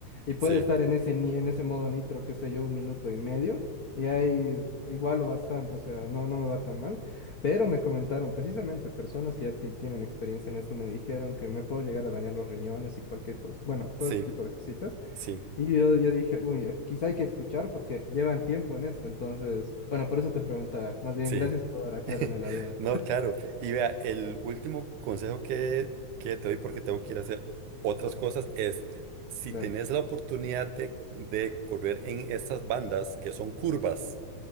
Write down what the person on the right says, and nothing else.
Sí,
sí,
sí,
sí.
<laughs>
No, claro. Y vea, el último consejo que, que te doy porque tengo que ir a hacer otras cosas es, si
tenés la oportunidad de, de correr en estas bandas que son curvas,